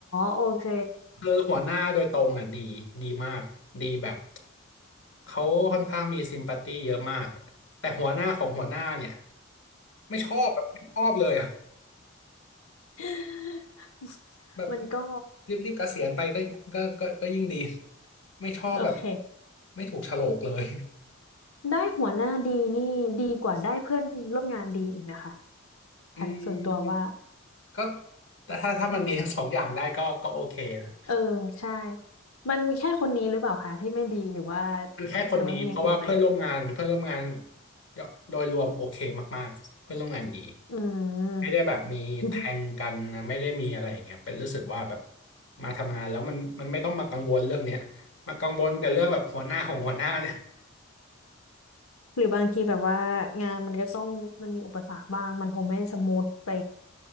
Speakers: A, on the left; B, on the left.
A: โอเค
B: <laughs> คือหัวหน้าโดยตรงอ่ะดีดีมากดีแบบเขาค่อนข้างมีซิมพัตตี้เยอะมากแต่หัวหน้าของหัวหน้าเนี่ยไม่ชอบแบบไม่ชอบเลยอ่ะ
A: <laughs>
B: แบบ
A: มันก็
B: รีบๆเกษียณไปก็ก็ก็ก็ยิ่งดีไม่ชอบแบบ
A: โอเค
B: ไม่ถูกโฉลกเลย
A: ได้หัวหน้าดีนี่ดีกว่าได้เพื่อนร่วมงานดีอีกนะคะ
B: อื
A: ค่ะส่วนตัวว่า
B: มก็แต่ถ้าถ้ามันดีทั้งสองอย่างได้ก็ก็โอเคนะ
A: เออใช่ มันมีแค่คนนี้หรือเปล่าคะที่ไม่ดีหรือว่า
B: คือแค่คนนี้เพราะว่าเพื่อนร่วมงานเพื่อนร่วมงาน
A: หรือว่ามีอย่างอื่นไหม
B: โดยรวมโอเคมากๆเพื่อนร่วมงานดี
A: อืม
B: ไม่ได้แบบมีแทงกันนะไม่ได้มีอะไรอย่างเงี้ยเป็นรู้สึกว่าแบบ
A: <laughs>
B: มาทำงานแล้วมันมันไม่ต้องมากังวลเรื่องเนี้ยมากังวลกับเรื่องแบบหัวหน้าของหัวหน้าเนี่ย
A: หรือบางทีแบบว่างานมันก็ต้องมันมีอุปสรรคบ้างมันคงไม่สมูทไป